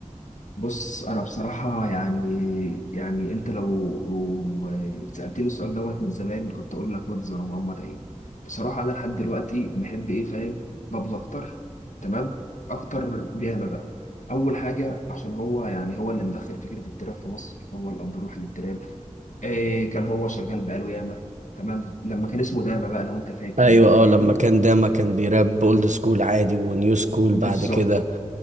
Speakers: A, on the left; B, on the right.
A: بص انا بصراحه يعني يعني انت لو لو سالتني السؤال دوت من زمان كنت اقول لك ويجز ولا محمد عيد بصراحه انا لحد دلوقتي بحب ايه فاهم بابلو اكتر تمام اكتر بياما بقى اول حاجه عشان هو يعني هو اللي مدخل فكره التراب في مصر هو الاب الروحي للتراب إيه كان هو شغال بقاله ياما تمام لما كان اسمه داما بقى لو انت فاكر
B: ايوه
A: بقى
B: اه
A: فاهمني
B: لما كان داما كان بيراب اولد سكول عادي ونيو سكول
A: بالظبط
B: بعد كده